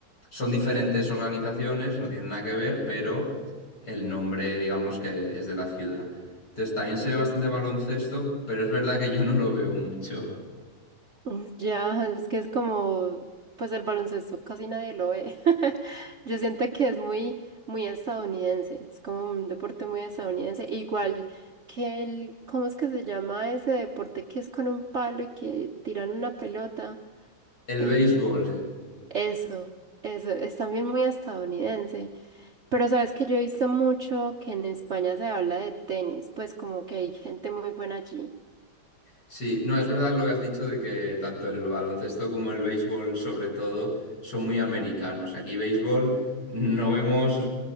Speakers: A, on the left (about 55°); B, on the right (about 45°).
A: Son diferentes organizaciones, no tienen nada que ver, pero el nombre, digamos, que es de la ciudad. Entonces, también se ve bastante baloncesto, pero es verdad que yo no lo veo mucho.
B: Mm, Ya, es que es como, pues el baloncesto casi nadie lo ve. <laughs> Yo siento que es muy, muy estadounidense, es como un deporte muy estadounidense, E igual que el, ¿cómo es que se llama ese deporte que es con un palo y que tiran una pelota?
A: El
B: Em,
A: béisbol.
B: Eso, eso, es también muy estadounidense. Pero sabes que yo he visto mucho que en España se habla de tenis, pues como que hay gente muy buena allí.
A: Sí, no, es verdad lo que has dicho de que tanto el baloncesto como el béisbol, sobre todo, son muy americanos. Aquí béisbol no vemos,